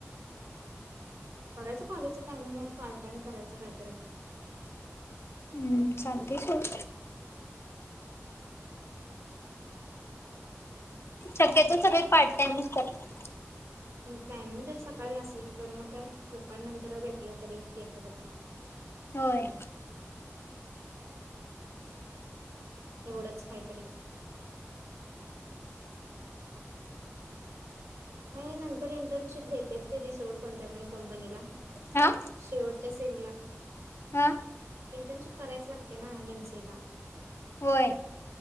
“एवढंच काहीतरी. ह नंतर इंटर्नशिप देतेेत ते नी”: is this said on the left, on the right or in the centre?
Right